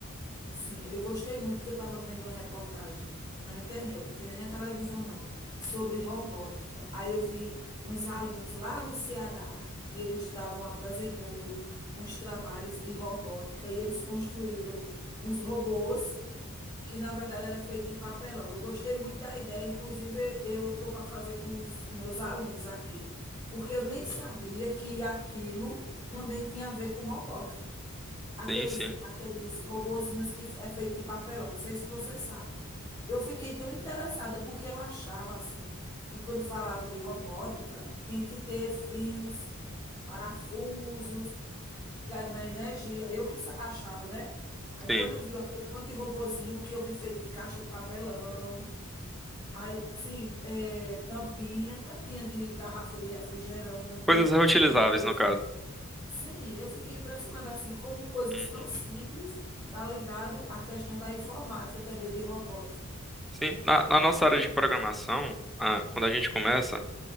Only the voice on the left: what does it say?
Sim, eu gostei muito que eu estava vendo uma reportagem na internet, não foi nem na televisão, não, sobre robótica. Aí eu vi uns alunos lá do Ceará que eles estavam apresentando uns trabalhos de robótica e eles construíram uns robôs que na verdade era feito de papelão. Eu gostei muito da ideia, inclusive eu tô para fazer com os meus alunos aqui, porque eu nem sabia que aquilo também tinha a ver com robótica aqueles,
aqueles robozinhos que é feito de papelão. Não sei se você sabe. Eu fiquei tão interessada porque eu achava assim que quando falava de robótica tinha que ter fios, parafusos, ligado na energia. Eu que sa- achava, né? Aí
quando eu vi aquele monte de robozinho que eu vi feito de caixa de papelão, aí sim, é, tampinha, tampinha de garrafa de refrigerante,
os robozinhos.
Sim, eu fiquei impressionada assim, como coisas
tão simples tá ligado à questão da informática também, de robótica.